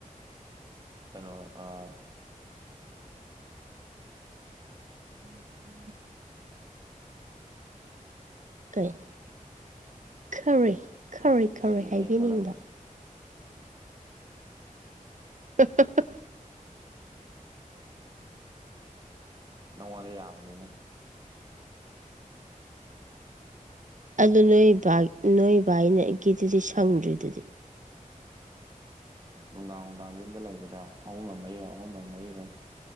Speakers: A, on the right; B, on the right.
A: ꯀꯩꯅꯣ ꯑ
B: ꯎꯝ ꯎꯝ ꯀꯩ ꯈꯔꯤ ꯈꯔꯤ ꯈꯔꯤ
A: ꯁꯤꯅꯦ
B: ꯍꯥꯏꯕꯤꯅꯤꯡꯕ
A: ꯑꯩꯅ ꯈꯜꯂꯝꯃꯤꯁꯦ
B: <unintelligible>
A: ꯅꯉꯣꯟꯗ ꯌꯥꯕꯅꯤꯅ
B: ꯑꯗꯨ ꯅꯣꯏ ꯅꯣꯏ ꯕꯥꯏꯅꯒꯤꯗꯨꯗꯤ <unintelligible> ꯁꯪꯗ꯭ꯔꯤꯗꯨꯗꯤ
A: ꯅꯨꯡꯗꯥꯡ ꯅꯨꯡꯗꯥꯡ ꯌꯨꯝꯗ ꯂꯩꯕꯗ ꯑꯍꯨꯝꯕ ꯃꯔꯤꯔꯛ ꯑꯍꯨꯝꯕ ꯃꯔꯤꯔꯛ